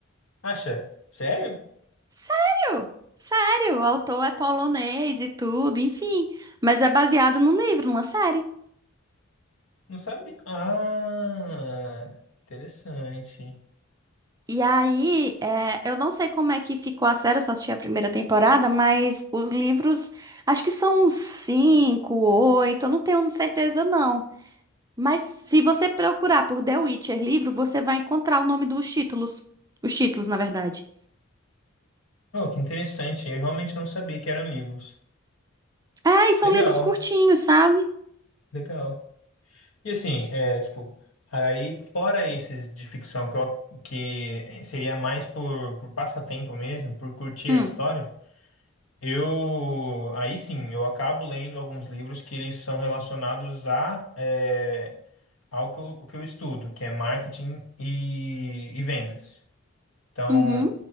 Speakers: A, on the left; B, on the right.
A: Acha? Sério?
B: Sério? Sério, o autor é polonês e tudo, enfim. Mas é baseado num livro, numa série.
A: Não sabia. Ah, interessante.
B: E aí, é, eu não sei como é que ficou a série, eu só assisti a primeira temporada, mas os livros, acho que são uns cinco, oito, eu não tenho certeza não. Mas se você procurar por The Witcher livro, você vai encontrar o nome dos títulos. Os títulos, na verdade.
A: Oh, que interessante. Eu realmente não sabia que eram livros.
B: É, e são
A: Legal,
B: livros curtinhos, sabe?
A: legal. E assim, é, tipo, aí fora esses de ficção que, eu- que eh, seria mais por, por passatempo mesmo, por curtir
B: Hum,
A: a história, eu aí sim, eu acabo lendo alguns livros que eles são relacionados a é, ao que eu, o que eu estudo, que é marketing e, e vendas. Então,
B: uhum,